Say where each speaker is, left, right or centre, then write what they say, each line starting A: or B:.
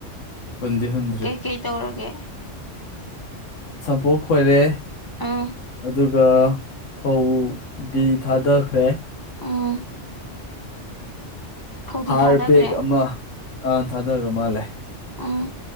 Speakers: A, on the left; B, on the left.
A: ꯍꯨꯟꯗꯤ ꯍꯨꯟ
B: ꯀꯩꯀꯩ ꯇꯧꯔꯒꯦ
A: ꯁꯝꯄꯨ ꯈꯣꯏꯔꯦ
B: ꯎꯝ
A: ꯑꯗꯨꯒ ꯐꯧꯗꯤ ꯊꯥꯗꯈ꯭ꯔꯦ
B: ꯑꯥ ꯐꯧꯗꯤ
A: ꯍꯥꯔ
B: ꯊꯥꯗꯈ꯭ꯔꯦ
A: ꯕꯦꯛ ꯑꯃ ꯑ ꯊꯥꯗꯈ꯭ꯔ ꯃꯥꯜꯂꯦ
B: ꯑꯥ